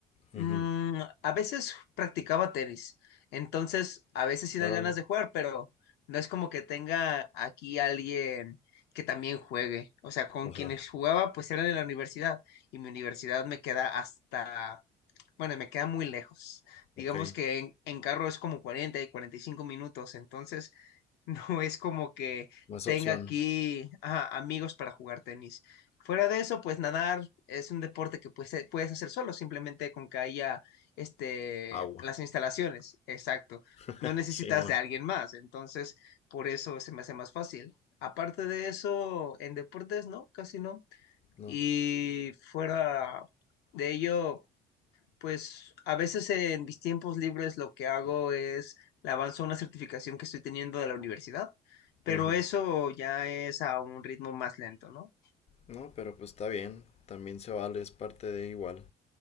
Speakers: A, on the left; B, on the left.
A: Ujú,
B: Mm, a veces practicaba tenis, entonces a veces sí dan
A: Órale.
B: ganas de jugar, pero no es como que tenga aquí alguien que también juegue. O sea, con
A: Ajá.
B: quienes jugaba pues eran en la universidad y mi universidad me queda hasta, bueno, me queda muy lejos. Digamos
A: Ok.
B: que en, en carro es como 40 y 45 minutos, entonces <laughs> No es como que
A: No es
B: tenga
A: opción.
B: aquí ajá, amigos para jugar tenis. Fuera de eso, pues nadar es un deporte que pues, eh, puedes hacer solo, simplemente con que haya este,
A: Agua.
B: las instalaciones. Exacto.
A: <laughs>
B: No necesitas
A: Simón.
B: de alguien más, entonces por eso se me hace más fácil. Aparte de eso, en deportes no, casi no.
A: No.
B: Y fuera de ello, pues a veces en mis tiempos libres lo que hago es le avanzo una certificación que estoy teniendo de la universidad, pero
A: Ujú.
B: eso ya es a un ritmo más lento, ¿no?
A: No, pero pues está bien. También se vale, es parte de igual